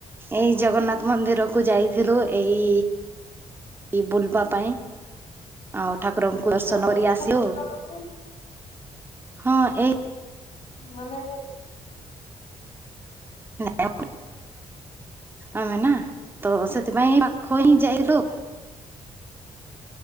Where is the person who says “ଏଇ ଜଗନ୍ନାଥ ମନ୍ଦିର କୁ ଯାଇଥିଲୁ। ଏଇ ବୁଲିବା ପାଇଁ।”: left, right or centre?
Right